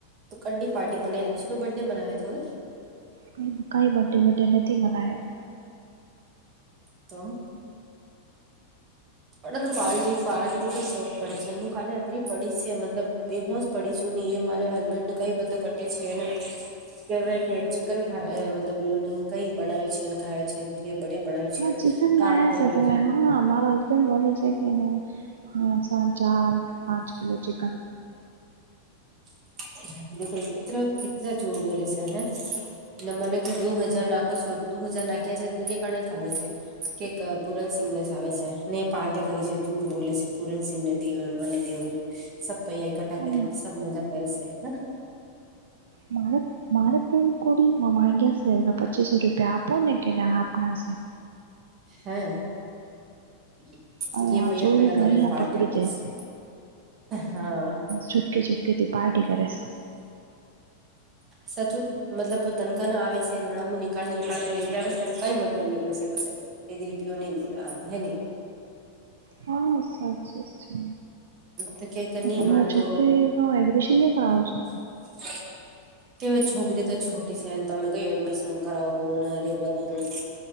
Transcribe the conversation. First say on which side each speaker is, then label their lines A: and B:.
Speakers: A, on the right; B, on the right.
A: તો કંડી પાર્ટી મને અંશુ નો બર્થડે બનાયો તો
B: કઈ કાય બર્ડે વર્ડે નથી મનાયો.
A: ચમ <inaudible> પાર્ટી પાર્ટીનો કઈ શોખ પડે છે હું કાલે અતલી પડી છે મતલબ એ હું જ પડીશું <inaudible> એ મારે હસબેન્ડ ને કઈ બધા કટે છેને કેવાય કે ચિકન ખાય મતલબ ને કઈ બનાવે છેને ખાય <inaudible> ભણાય
B: હા
A: છેમ
B: ચિકન
A: કામ
B: લાયા
A: કર્યું
B: છે તમે હા મારો હસબન્ડ બોલે છે કે હું ચાર પાંચ કિલો <inaudible> <inaudible>
A: <inaudible> બોલે છે હે <inaudible> ને મને કે દુ હજાર નાખો છો દુ હજાર નાખ્યા છે એ કે ગણેશ આવે છે <inaudible> કે પૂરનસિંહ ને જ આવે છે ને પાર્ટ્યા કરી છે જૂઠ બોલે છે પૂરણસિંહ ને <inaudible> સબ પૈયા એકઠા
B: હા,
A: કરીને સબ મજા કરે છે હ
B: <inaudible> મારેપન કોડી મા માંગ્યાયા સેવના <inaudible> પચીસેક રૂપિયા આપુંને કે ના આપનાસે.
A: હમ્મ. <inaudible>
B: અહીંયા
A: પૈયા
B: ચોરી
A: ભેળા
B: તો
A: કરીને
B: અહીંયા
A: પાર્ટ્યા
B: પકડી
A: કરશે
B: જાય છે.
A: હા
B: છૂપકે છુપકે થી પાર્ટી કરે છે.
A: સાચુ મતલબ તનખા ન આવે સે અમણા મને નીકાળી નીકાળી ને લેય જવાનું તેનું કઈ મતલબ નીકળે <unintelligible> સે. <inaudible> અ હેની?
B: હ, સાચી જ છે.
A: તો ક્યાંક
B: આ
A: નહી
B: તમારી
A: માનતો
B: છોકરી નો એડમિશન ની કરવાનો છે?
A: <inaudible> કે છોકરી તો છોટી છે ને તમે કઈ એડમિશન કરાવું ને રેવા દેવ ને.